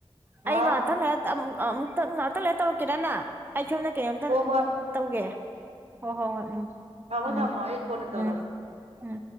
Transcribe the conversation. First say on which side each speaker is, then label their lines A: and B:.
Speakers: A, on the right; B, on the right.
A: ꯍꯥ
B: ꯑꯩ ꯉꯥꯛꯇꯪ ꯂꯩꯔꯥ ꯑꯃꯨꯛ ꯑꯃꯨꯛꯇ ꯉꯥꯛꯇꯪ ꯂꯩꯔꯥ ꯇꯧꯔꯛꯀꯦꯔꯥ ꯅꯪ ꯑꯩ ꯁꯣꯝꯗ ꯀꯩꯅꯣꯝꯇ
A: ꯍꯣ ꯍꯣꯏ
B: ꯇꯧꯒꯦ ꯍꯣꯏ ꯍꯣꯏ ꯍꯣꯏ ꯎꯝ
A: ꯊꯝꯃꯣ
B: ꯎꯝ
A: ꯊꯝꯃꯣ ꯑꯩ ꯀꯣꯟꯅ ꯇꯧꯔꯒꯦ
B: ꯎꯝ ꯎꯝ